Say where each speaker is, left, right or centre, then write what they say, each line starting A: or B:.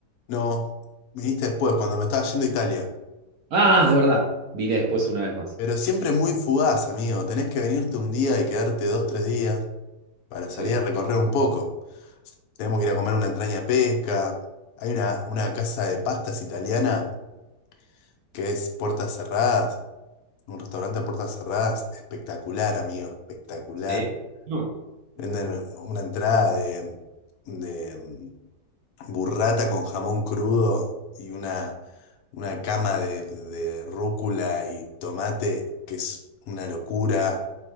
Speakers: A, on the left; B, on the right.
A: No. Viniste después, cuando me estaba yendo a Italia.
B: Ah, es verdad. Vine después una vez más.
A: Pero siempre muy fugaz, amigo. Tenés que venirte un día y quedarte dos, tres días para
B: Sí.
A: salir a recorrer un poco. Tenemos que ir a comer una entraña de pesca. Hay una, una casa de pastas italiana que es puertas cerradas. Un restaurante a puertas cerradas, espectacular, amigo, espectacular.
B: Sí. No.
A: Venden una entrada de, de, mm, burrata con jamón crudo y una, una cama de, de rúcula y tomate, que es una locura.